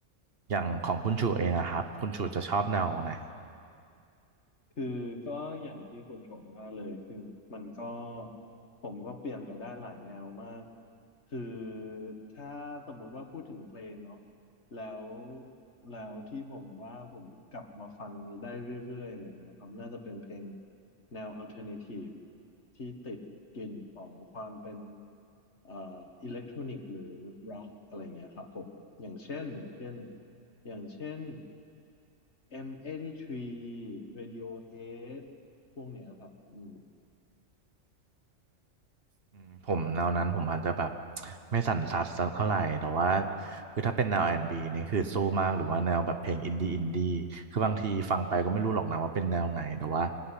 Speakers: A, on the right (about 50°); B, on the left (about 60°).
A: อย่างของคุณชูเองอะครับคุณชูจะชอบแนวไหน
B: คือก็อย่างที่คุณชงว่าเลยคือมันก็ผมก็เปลี่ยนไปได้หลายแนวมากคือถ้าสมมุติว่าพูดถึงเพลงเนาะแล้วแล้วที่ผมว่าผมกลับมาฟังได้เรื่อยๆอะไรเงี้ยครับน่าจะเป็นเพลงแนว alternative ที่ติดกลิ่นของความเป็นเอ่ออิเล็กทรอนิกหรือร็อกอะไรเงี้ยครับผมอย่างเช่นอย่างเช่น อย่างเช่น M83 Radiohead พวกเนี้ยครับ อืม
A: อืมผมแนวนั้นผมอาจจะแบบ <tsk> ไม่สั่นสัดสักเท่าไหร่แต่ว่าคือถ้าเป็นแนวอาร์แอนด์บีนี่คือสู้มากหรือว่าแนวแบบเพลงอินดี้อินดี้คือบางทีฟังไปก็ไม่รู้หรอกนะว่าเป็นแนวไหนแต่ว่า